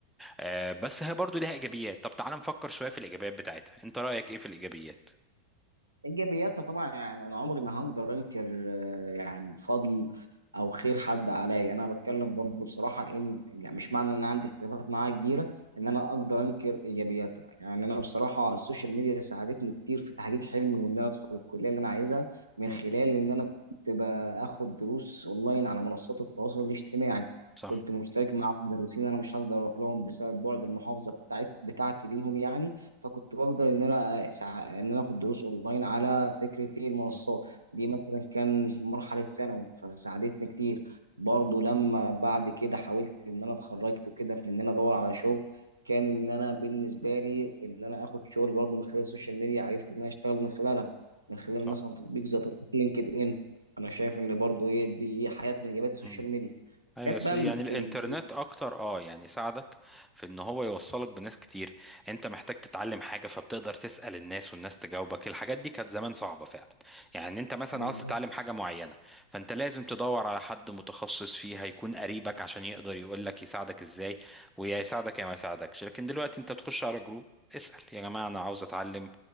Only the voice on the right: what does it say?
ايجابياتها طبعا يعني انا عمري ما هقدر انكر آه، يعني فضل او خير حد عليا انا بتكلم برضه بصراحه ان يعني مش معنى ان انا عندي اختلافات معاه كبيره ان انا اقدر انكر ايجابياتها يعني انا بصراحه السوشيال ميديا ساعدتني كتير في تحقيق حلمي وان انا ادخل الكليه اللي انا عايزها من
خلال ان انا كنت باخد دروس اونلاين على منصات التواصل الاجتماعي
كنت مشترك مع مدرسين انا مش هقدر اروح لهم بسبب بعد المحافظه بتاعت بتاعتي ليهم يعني فكنت بقدر ان انا سع- ان انا اخد دروس اونلاين على فكره ايه المنصات
دي مثلا كان مرحله ثانوي فساعدتني كتير برضو لما بعد كده حاولت ان انا اتخرجت وكده في ان انا ادور على شغل كان ان انا بالنسبه لي ان انا اخد شغل برضو من خلال السوشيال ميديا عرفت ان انا اشتغل من خلالها من خلال
مثلا تطبيق زي تطبيق لينكد ان انا شايف ان برضو ايه دي حياه من اجابات السوشيال
ميديا
جت
بقى
في
ال-
بالظبط.